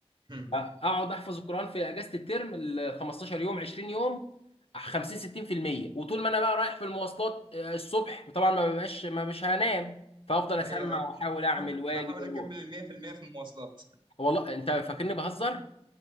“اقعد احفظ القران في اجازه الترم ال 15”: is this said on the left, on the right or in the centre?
Left